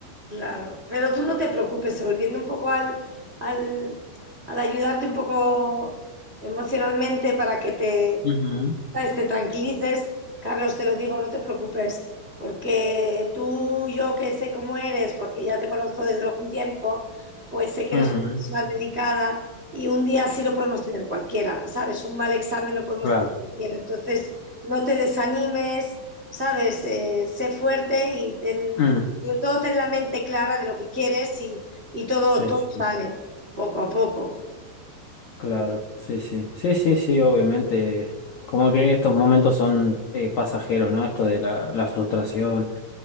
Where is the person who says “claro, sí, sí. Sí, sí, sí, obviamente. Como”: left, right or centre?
Left